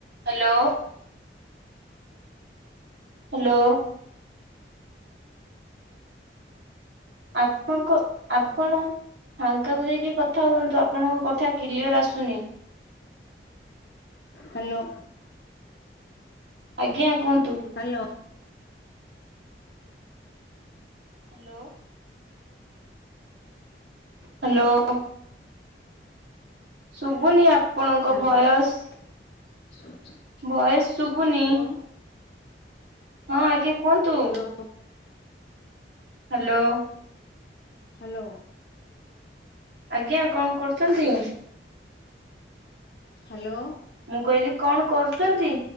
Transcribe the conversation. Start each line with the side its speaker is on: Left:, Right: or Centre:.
Right: ହ୍ୟାଲୋ। ହ୍ୟାଲୋ। ଆପଣ ଙ୍କ ଆପଣ ଫାଙ୍କାକୁ ଯାଇକି କଥା ହୁଅନ୍ତୁ ଆପଣଙ୍କ କଥା କ୍ଲିୟର ଆସୁନି।
Left: ହ୍ୟାଲୋ।
Right: ଆଜ୍ଞା କୁହନ୍ତୁ।
Left: ହ୍ୟାଲୋ।
Right: ହ୍ୟାଲୋ। ହ୍ୟାଲୋ। ଶୁଭୁନି ଆପଣଙ୍କ
Left: ହ୍ୟାଲୋ
Right: ଭୟସ।
Left: <inaudible>
Right: ଭଏଜ ଶୁଭୁନି।
Left: ହ୍ୟାଲୋ
Right: ହଁ ଆଜ୍ଞା କୁହନ୍ତୁ।
Left: <inaudible>
Right: ହ୍ୟାଲୋ।
Left: ହ୍ୟାଲୋ।
Right: ଆଜ୍ଞା କଣ କରୁଚନ୍ତି?
Left: ହ୍ୟାଲୋ।
Right: ମୁଁ କହିଲି କଣ କରୁଚନ୍ତି